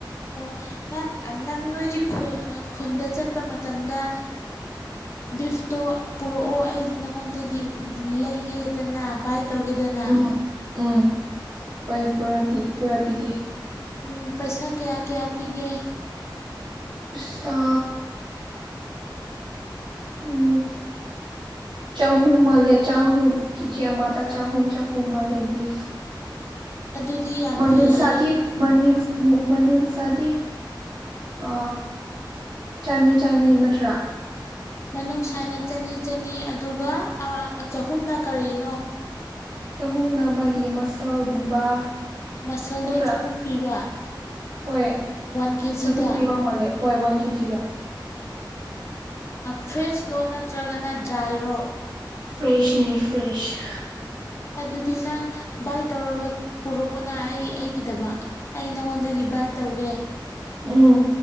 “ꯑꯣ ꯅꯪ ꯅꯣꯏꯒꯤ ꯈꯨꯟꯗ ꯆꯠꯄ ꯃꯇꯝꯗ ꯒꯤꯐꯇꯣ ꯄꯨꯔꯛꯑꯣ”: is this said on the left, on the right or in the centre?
Left